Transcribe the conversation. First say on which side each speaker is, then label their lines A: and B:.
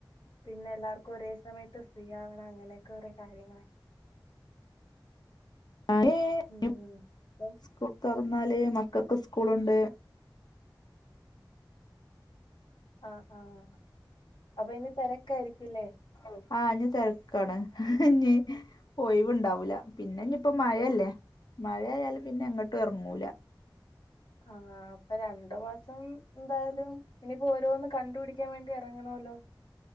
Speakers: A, on the left; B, on the left.
A: പിന്നെ എല്ലാവർക്കും ഒരേ സമയത്ത് ഫ്രീ ആവണം അങ്ങനെയൊക്കെ കൊറെ കാര്യങ്ങളായി
B: ഞാന്
A: ഉം
B: ഇഞ്
A: അപ്പം
B: സ്കൂൾ തൊറന്നാല് മക്കക്ക് ഉസ്ക്കൂളുണ്ട്
A: ആഹ് ആഹ് അപ്പൊ ഇനി തെരക്കായിരിക്കുംല്ലേ
B: ഉം ആഹ് ഇഞ് തെരക്കാണ് ഇഞ് ഒയിവ ഇണ്ടാവൂല പിന്നെ ഇഞ്പ്പൊ മഴയല്ലേ മഴയായാലും പിന്നെ എങ്ങട്ടു എറങ്ങൂല.
A: ആഹ് അപ്പൊ രണ്ടു മാസം എന്തായാലും ഇനിയിപ്പോ ഓരോന്ന് കണ്ടു പിടിക്കാൻ വേണ്ടി എറങ്ങണവല്ലോ.